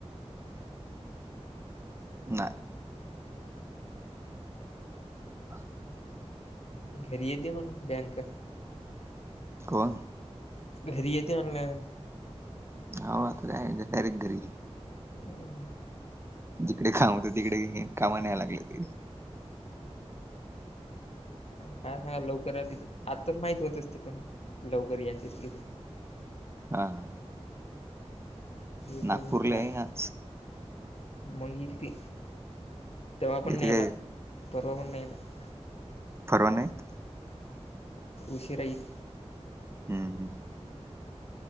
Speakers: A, on the right; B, on the left.
A: नाय <unintelligible>
B: घरी येते म्हण बँक
A: कोण?
B: घरी येते म्हणलं
A: आव, आता जायाचं डायरेक्ट घरी.
B: हम्म
A: जिकडे काम होतं, तिकडे हे कामा न्याय लागलं ते
B: काय सांगा लवकर आली तर, आत्ताच माहित होत असते पण लवकर यायची असली तर
A: हा हा
B: एकदम
A: नागपूरला
B: बेकार
A: आहे आज
B: मग ईल ती, तेव्हा पण
A: येथे
B: नाही
A: काही
B: येणार परवा पण नाही येणार
A: परवा नाहीत
B: उशिरा ईल
A: हम्म हम